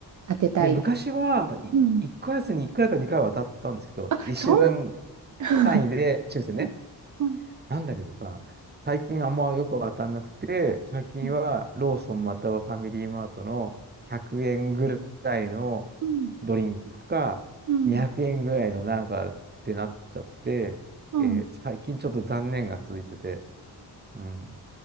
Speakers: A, on the right; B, on the right.
A: 当てたいです。
B: で、昔は1ヶ月に1回か2回は当たったんですけど、
A: うん。あ、
B: 1週間
A: そん、<laughs>
B: 単位で抽選ね。
A: うんうん
B: なんだけどさ、最近あんまよく当たんなくて、最近はローソンまたはファミリーマートの100円ぐらいの
A: うんうん
B: ドリンクか、
A: うん
B: 200円ぐらいのなんかってなっちゃって、
A: うん
B: えー最近ちょっと残念が続いてて、うん。